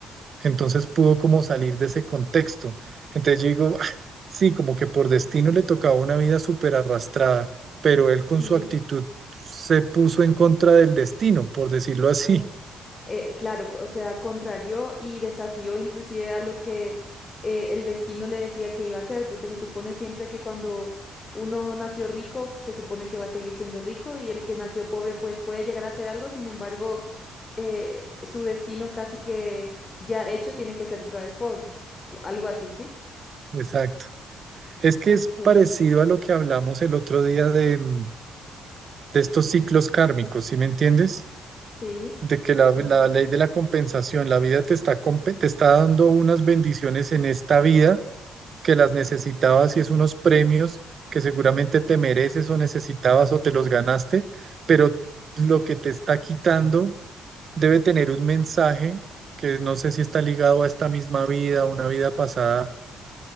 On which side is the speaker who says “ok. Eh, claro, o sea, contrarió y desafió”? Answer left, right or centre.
Left